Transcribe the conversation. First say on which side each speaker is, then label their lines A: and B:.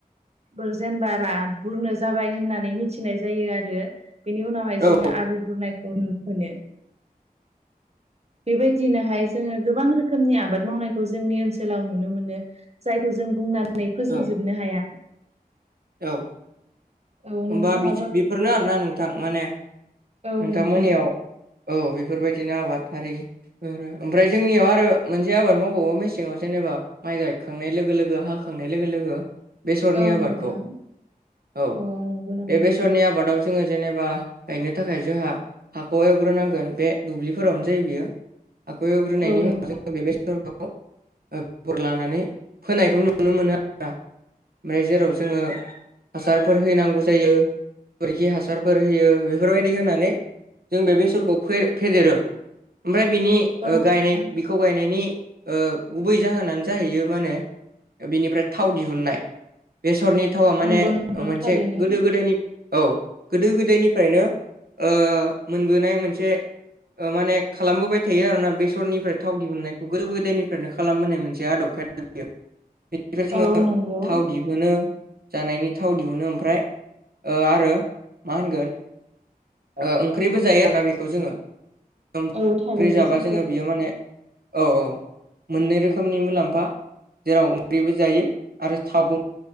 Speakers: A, on the right; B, on the right.
A: बुरजेनबा रा बुरनो जाबाय होननानै मिथिनाय जायो आरो बेनि उनावहाय
B: औ
A: जोङो आलु बुरनायखौ नुनो मोनो बेबायदिनोहाय जोङो गोबां रोखोमनि आबाद मावनायखौ जोंनि ओनसोलाव नुनो मोनो जायखौ जों बुंनानै फोजोबजोबनो
B: औ
A: हाया
B: औ
A: औ
B: होमबा
A: नोंथाङाबो
B: बिदि बेफोरनो
A: एसे
B: आरोना नोंथां माने
A: औ
B: नोंथांमोननियाव
A: नोंथां
B: औ बेफोरबायदिनो आबाद हारि ओमफ्राय जोंनियाव आरो मोनसे आबाद मावबावो मेसेङाव जेनेबा माइ गायखांनाय लोगो लोगो हाखांनाय लोगो लोगो बेसरनि
A: औ
B: आबादखौ
A: नोंथां
B: औ
A: अ नंगौ नामा
B: बे
A: नोंथां
B: बेसरनि आबादाव जोङो जेनेबा गायनो थाखाय जोंहा हाखौ एवग्रोनांगोन बे दुब्लिफोरावनो जायो बियो हाखौ एवग्रोनायनि
A: औ नों
B: उनाव बे बेसरखौ ओ खबर लानानै फोनायखौ नुनो मोनो आरोना ओमफ्राय जेराव जोङो हासारफोर हैनांगौ जायो बोरखि हासारफोर होयो बेफोरबायदि होनानै जों बे बेसरखौ फेदेरो ओमफ्राय बिनि
A: औ
B: ओ
A: नोंथां
B: गायनाय बिखौ गायनायनि गुबै जाहोनानै जाहैयो माने बिनिफ्राय थाव दिहुननाय बेसरनि थावा माने
A: नंगौ नोंथां
B: मोनसे
A: थारैनो
B: गोदो गोदायनि औ गोदो गोदायनिफ्रायनो ओ मोनबोनाय मोनसे ओ माने खालामबोबाय थायो आरोना बेसरनिफ्राय थाव दिहुननायखौ गोदो गोदायनिफ्रायनो खालामबोनाय मोनसे आदबखाय <unintelligible> बेनिफ्राय जोङो
A: औ नंगौ
B: थाव दिहुनो जानायनि थाव दिहुनो ओमफ्राय आरो मा होनगोन ओ ओंख्रिबो जायो आरोना बेखौ जोङो ओंख्रि
A: औ थारैनो
B: जाबा
A: सैथो
B: जोङो बियो माने औ औ मोननै रोखोमनि मुलाम्फा जेराव ओंख्रिबो जायो आरो थाव